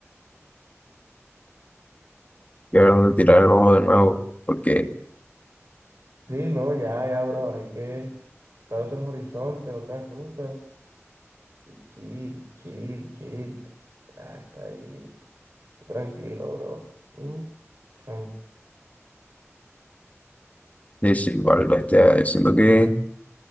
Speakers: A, on the left; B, on the right.
A: y a ver dónde tirar el ojo de nuevo, porque
B: sí, no, ya, ya, bro. Hay que buscar otros horizontes, otras rutas. Chill, chill, chill. Hasta ahí. Tranquilo, bro. Mm, Tranqui.
A: es igual, bestia, yo siento que